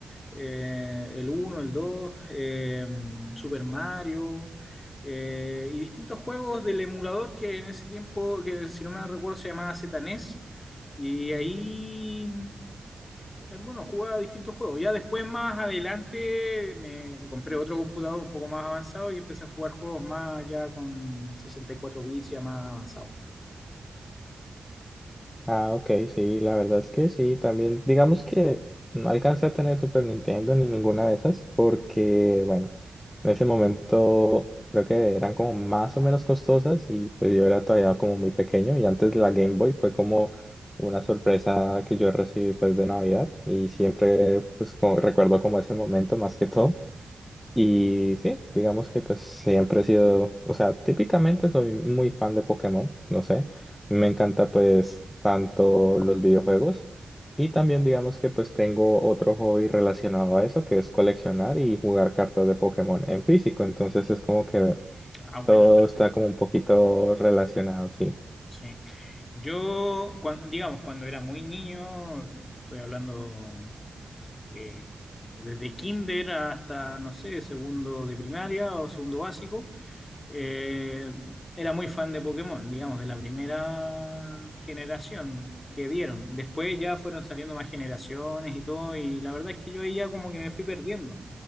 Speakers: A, on the left; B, on the left.
A: eh, el uno el dos eh, Super Mario, eh, y distintos juegos del emulador que en ese tiempo, que si no me recuerdo, se llamaba ZNES, y ahí es bueno, jugaba distintos juegos. Ya después, más adelante, me compré otro computador un poco más avanzado y empecé a jugar juegos más ya con 64 bits, ya más avanzado.
B: Ah, ok, sí, la verdad es que sí, también digamos que no alcancé a tener Super Nintendo ni ninguna de esas porque, bueno, En ese momento creo que eran como más o menos costosas y pues yo era todavía como muy pequeño y antes la Game Boy fue como una sorpresa que yo recibí pues de Navidad y siempre pues como- recuerdo como ese momento más que todo. Y sí, digamos que pues siempre he sido, o sea, típicamente soy muy fan de Pokémon, no sé, me encanta pues tanto los videojuegos y también digamos que pues tengo otro hobby relacionado a eso que es coleccionar y jugar cartas de Pokémon en físico, entonces es como que
A: Ah, bueno,
B: todo
A: perfecto.
B: está como un poquito relacionado, sí.
A: Sí. Yo, cuan- digamos, cuando era muy niño, estoy hablando eh, desde kinder hasta, no sé, segundo de primaria o segundo básico, Eh, era muy fan de Pokémon, digamos, de la primera generación que dieron. Después ya fueron saliendo más generaciones y todo, y la verdad es que yo ahí ya como que me fui perdiendo.